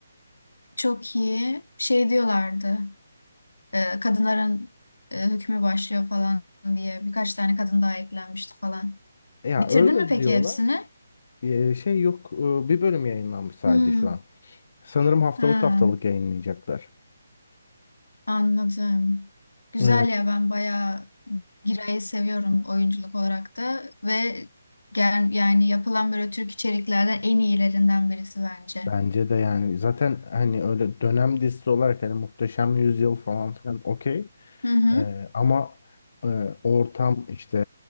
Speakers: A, on the left; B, on the left.
A: çok iyi. Şey diyorlardı. e, kadınların e, hükmü başlıyor falan diye. Birkaç tane kadın daha eklenmişti falan.
B: Ya
A: Bitirdin
B: öyle
A: mi peki
B: diyorlar.
A: hepsini?
B: E, şey yok e, bir bölüm yayınlanmış sadece
A: Hmm.
B: şu an. Sanırım haftalık
A: Ha.
B: haftalık yayınlayacaklar.
A: Anladım. Güzel
B: E,
A: ya ben bayağı Giray'ı seviyorum oyunculuk olarak da ve gel, yani yapılan böyle Türk içeriklerden en iyilerinden birisi bence.
B: Bence de yani zaten hani öyle dönem dizisi olarak hani Muhteşem Yüzyıl falan filan okey.
A: Hı hı.
B: Ee, ama e, ortam işte